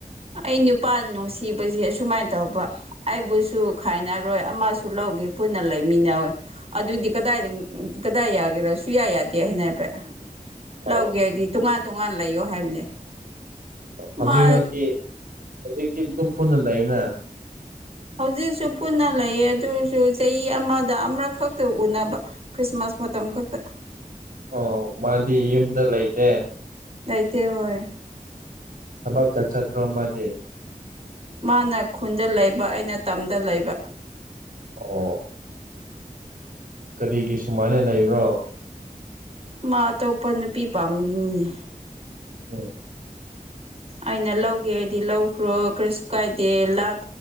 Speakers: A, on the right; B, on the right.
A: ꯑꯩ ꯅꯨꯄꯥ ꯅꯨꯡꯁꯤꯕꯁꯦ ꯑꯁꯨꯃꯥꯏꯅ ꯇꯧꯕ ꯑꯩꯕꯨꯁꯨ ꯈꯥꯏꯅꯔꯣꯏ ꯑꯃꯁꯨ ꯂꯧꯒꯦ ꯄꯨꯟꯅ ꯂꯩꯃꯤꯟꯅꯧꯌꯦ ꯑꯗꯨꯗꯤ ꯀꯗꯥꯏꯗ ꯀꯗꯥꯏ ꯌꯥꯒꯦꯔꯥ ꯁꯨꯌꯥ ꯌꯥꯗꯦ ꯍꯥꯏꯅꯕ
B: ꯑꯣ
A: ꯂꯧꯒꯦꯗꯤ ꯇꯣꯉꯥꯟ ꯇꯣꯉꯥꯟꯅ ꯂꯩꯌꯣ ꯍꯥꯏꯕꯅꯦ ꯃꯥ
B: ꯍꯧꯖꯤꯛꯃꯛꯀꯤ ꯍꯧꯖꯤꯛꯇ ꯑꯗꯨꯝ ꯄꯨꯟꯅ ꯂꯩꯅ
A: ꯍꯧꯖꯤꯛꯁꯨ ꯄꯨꯟꯅ ꯂꯩꯌꯦ ꯑꯗꯨꯁꯨ ꯆꯍꯤ ꯑꯃꯗ ꯑꯃꯔꯈꯛꯇ ꯎꯅꯕ ꯈ꯭ꯔꯤꯁꯃꯥꯁ ꯃꯇꯝꯈꯛꯇ
B: ꯑꯣ ꯃꯥꯗꯤ ꯌꯨꯝꯗ ꯂꯩꯇꯦ
A: ꯂꯩꯇꯦ ꯍꯣꯏ
B: ꯊꯕꯛ ꯀ ꯆꯠꯄ꯭ꯔꯣ ꯃꯥꯗꯤ
A: ꯃꯥꯅ ꯈꯨꯟꯗ ꯂꯩꯕ ꯑꯩꯅ ꯇꯝꯗ ꯂꯩꯕ
B: ꯑꯣ ꯀꯔꯤꯒꯤ ꯁꯨꯃꯥꯏꯅ ꯂꯩꯕ꯭ꯔꯣ
A: ꯃꯥ ꯑꯇꯣꯞꯄ ꯅꯨꯄꯤ ꯄꯥꯝꯕꯒꯤꯅꯤꯅꯦ
B: ꯎꯝ
A: ꯑꯩꯅ ꯂꯧꯒꯦ ꯍꯥꯏꯗꯤ ꯂꯧꯈ꯭ꯔꯣ ꯀꯔꯤꯁꯨ ꯀꯥꯏꯗꯦ ꯂꯥꯛ